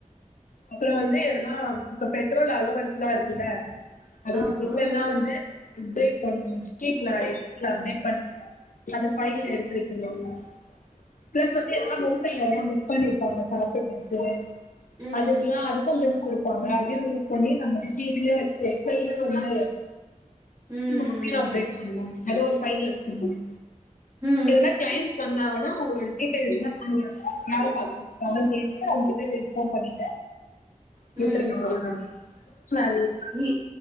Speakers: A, on the left; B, on the right.
A: அப்புறம் வந்து எதுனா இப்ப பெட்ரோல் அலோவன்ஸ் லாம் இருக்குல்ல அதோட
B: ஆமா
A: பில் எல்லாம் வந்து அப்டேட் பண்ணு ஸ்டேக் க்ள அப்டேட் பண்ணிட்டு எல்லாமே ஃபைல்ல எடுத்து வைக்கணும் இல்லைங்களா பிளஸ் வந்து எல்லாம் ஹோட்டல்ல எல்லாம் புக் பண்ணிருப்பாங்க சாப்பிடுறக்கு
B: ம்
A: அது எல்லாம் அதுக்கும் பீல் கொடுப்பாங்க அதையும் நோட் பண்ணி நம்ம சஷீட்லயும் வச்சு வந்து <unintelligible>
B: ம்
A: நோட்லயும் அப்டேட் பண்ணுவாங்க அது ஒரு ஃபையிலா வைச்சிறனும்
B: ம்
A: இதுல க்கைம்ஸ் பன்னாங்கனா உங்களோட டீட்டெல்ஸ் லா வாங்கி யார பாக்கனும் கேட்டு அவங்கிட்ட இன்பார் பண்ணி கேட்டறனும்
B: ம்
A: அவ்ளதான் <unintelligible>
B: இ